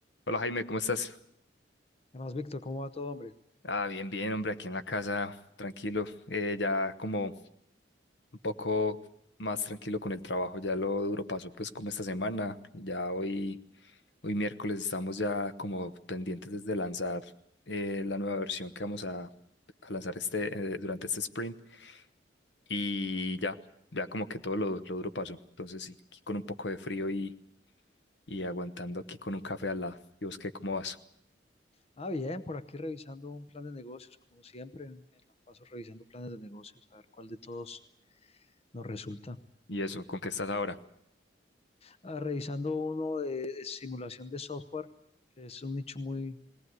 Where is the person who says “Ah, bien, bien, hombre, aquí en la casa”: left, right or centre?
Left